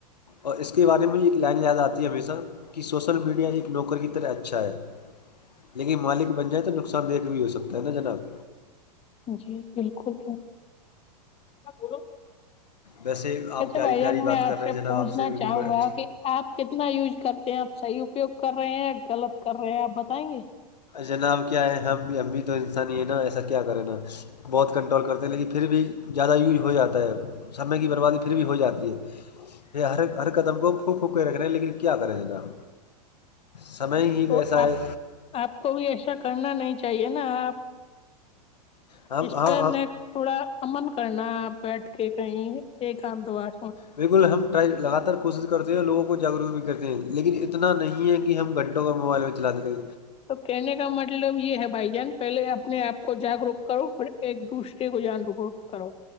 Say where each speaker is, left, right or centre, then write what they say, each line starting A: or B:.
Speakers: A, on the left; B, on the left.
A: اور اس کے بارے میں یہ ایک لائن یاد آتی ہے ہمیشہ کہ سوشل میڈیا ایک نوکر کی طرح اچھا ہے لیکن مالک بن جائے تو نقصان دایک بھی ہو سکتا ہے نا جناب
B: جی بالکل <unintelligible>
A: ویسے آپ پیاری
B: بھائی
A: پیاری
B: جان
A: بات
B: میں آپ
A: کر رہے
B: سے
A: ہیں جناب
B: پوچھنا
A: آپ سے بالکل
B: چاہوں
A: بچ
B: گا کہ آپ کتنا یوز کرتے ہیں آپ صحیح اپیوگ کر رہے ہیں غلط کر رہے ہیں آپ بتائیں گے
A: جناب کیا ہے ہم بھی ہم بھی تو انسان ہیں نا ایسا کیا کریں نا بہت کنٹرول کرتے ہیں لیکن پھر بھی زیادہ یوج ہو جاتا ہے سمے کی بربادی پھر بھی ہو جاتی ہے یہ ہر ہر قدم کو پھوک پھوک کے رکھ رہے ہیں لیکن کیا کرے جناب سمئے ہی
B: تو
A: ویسا
B: آپ
A: ہے
B: آپ کو بھی ایسا کرنا نہیں چاہیے نا آپ
A: ہم
B: اس
A: ہاں
B: پر
A: ہاں
B: مے تھوڑا امن کرنا آپ بیٹھ کے کہیں ایک ات بار
A: بالکل ہم ٹرائی لگاتار کوشش کرتے ہیں اور لوگوں کو جاگروک بھی کرتے ہیں لیکن اتنا نہیں ہے کہ ہم گنٹ ٹو موبائل چالتتے
B: توکہنے کا مط مطلب یہ ہے بھائی جان پہلے اپنے آپ کو جاگروک کرو پھر ایک دوسرے کو جگ رک رک کرو